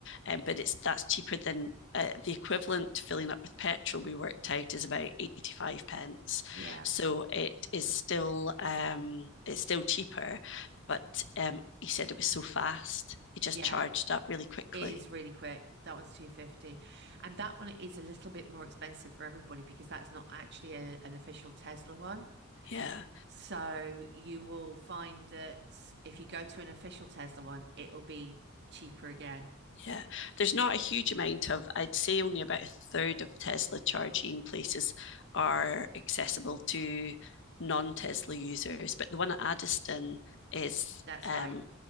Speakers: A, on the left; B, on the right.
A: um, but it's that's cheaper than uh, the equivalent filling up with petrol we worked out is about 85 pence.
B: yeah,
A: So it is still um, it's still cheaper, but um, he said it was so fast. It just
B: yeah.
A: charged up really quickly.
B: It is really quick. That one's 250. And that one is a little bit more expensive for everybody because that's not actually a, an official Tesla one.
A: Yeah.
B: So you will find that if you go to an official Tesla one, it'll be cheaper again.
A: Yeah, there's not a huge amount of, I'd say only about a third of Tesla charging places are accessible to non-Tesla users, but the one at Addiston is,
B: That's
A: um,
B: right.